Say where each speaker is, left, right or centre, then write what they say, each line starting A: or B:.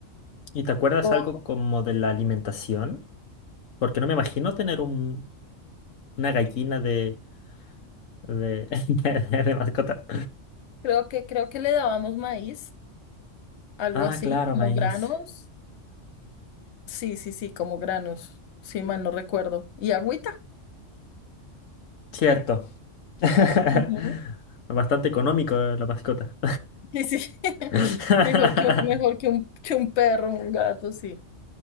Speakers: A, on the left (about 80°); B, on the left (about 65°).
A: ¿Y te acuerdas
B: O
A: algo como de la alimentación? Porque no me imagino tener un- una gallina de, de, <laughs> de mascota.
B: creo que, creo que le dábamos maíz, algo
A: Ah,
B: así,
A: claro,
B: como
A: maíz.
B: granos. Sí, sí, sí, como granos. Sí, mal no recuerdo. Y agüita.
A: Cierto. <laughs>
B: Ujú.
A: Bastante económico eh, la mascota.
B: Sí, sí. <laughs>
A: <laughs>
B: Mejor que, un- mejor que un, que un perro, un gato, sí.